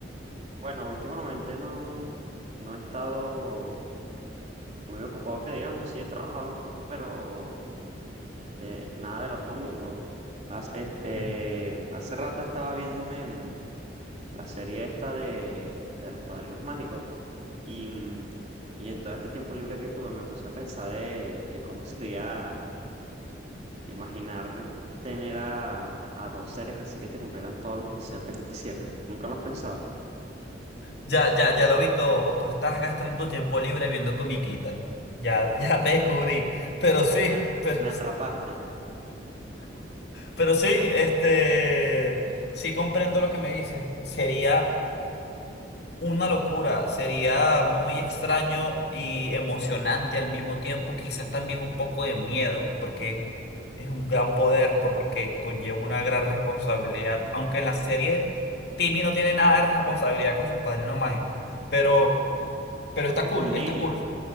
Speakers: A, on the right (about 35°); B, on the left (about 60°).
A: Bueno, últimamente no, no he estado muy ocupado, que digamos, sí he trabajado un poco, pero este, nada del otro mundo. Hace, este,
B: Mm.
A: hace rato estaba viéndome mm, la serie esta de, de Los Padrinos Mágicos y, mm, y en todo este tiempo libre que tuve me puse a pensar de, de cómo <laughs> sería. Imaginar tener a, a dos seres así que te cumplieran todos los deseos que tú quisieras. ¿Nunca lo has pensado?
B: Ya, ya, ya lo vi todo. Tú estás gastando tu tiempo libre viendo comiquitas. Ya, <laughs> ya te descubrí. Pero sí,
A: Me,
B: pero,
A: me atrapaste,
B: pero sí, este, sí comprendo lo que me dices. Sería Una locura, sería muy extraño y emocionante al mismo tiempo, quizás también un poco de miedo, porque es un gran poder, por lo que conlleva una gran responsabilidad, aunque en la serie Timmy no tiene nada de responsabilidad con sus padrinos mágicos, pero, pero
A: porque
B: está cool,
A: es un niño.
B: está cool.